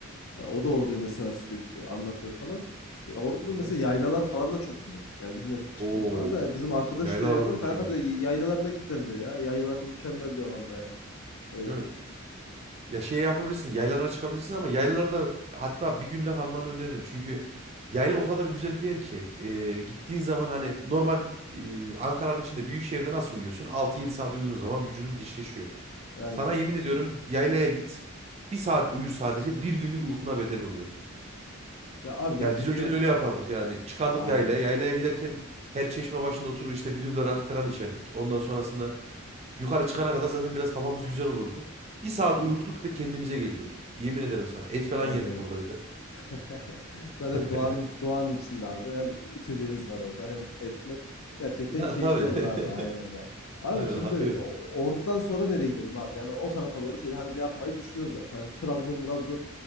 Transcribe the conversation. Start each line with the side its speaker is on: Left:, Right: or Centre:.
Left: Ya
Right: hı.
Left: o da Ordu'yu mesela sürekli anlatıyor falan. E, Ordu'nun
Right: Hı hı.
Left: mesela yaylalar falan da çok güzel. Yani bilmem hiç çıktın
Right: Oo,
Left: falan da bizim arkadaş
Right: yaylar
Left: diyor
Right: arada
Left: yani
Right: mükemmel.
Left: kanka diyor yaylalarına gideceksin diyor ya. Yaylaların mükemmel diyor vallahi yani. Öyle
Right: Evet. Ya şey yapabilirsin. Yaylalara çıkabilirsin ama yaylalarda hatta bir günde kalmanı öneririm. Çünkü yayla o kadar güzel bir yer ki. e, gittiğin zaman hani normal e, Ankara'nın içinde büyük şehirde nasıl uyuyorsun? altı yedi saat uyuduğun zaman vücudun dişleşiyor.
Left: yani.
Right: Sana yemin ediyorum yaylaya git. Bir saat uyu sadece bir günlük uykuna bedel oluyor.
Left: Ya abi gerçekten
Right: Yani biz önceden öyle yapardık yani. Çıkardık
Left: aynen.
Right: yaylaya. Yaylaya giderken her çeşme başında oturur işte bir duble rakı falan içerdik. Ondan sonrasında yukarı çıkana kadar zaten biraz kafamız güzel olurdu. Bir saat uyurduk
Left: Hı,
Right: ve kendimize gelirdik. Yemin ederim sana. Et falan
Left: öyle
Right: yerdik
Left: öyle.
Right: orada bir de.
Left: <laughs> Zaten
Right: <laughs>
Left: doğanın, doğanın içinde abi. Hem içeceğiniz var orada hem etmet. Gerçekten
Right: Ya
Left: keyifli
Right: tabii.
Left: olur abi aynen
Right: <laughs>
Left: yani. Abi
Right: Aynen
Left: şimdi
Right: akıyordu
Left: o-
Right: ya.
Left: Ordu'dan sonra nereye gidelim abi? Yani o tarafa doğru şöyle hani bir akmayı düşünüyoruz zaten. Hani Trabzon, Trabzon.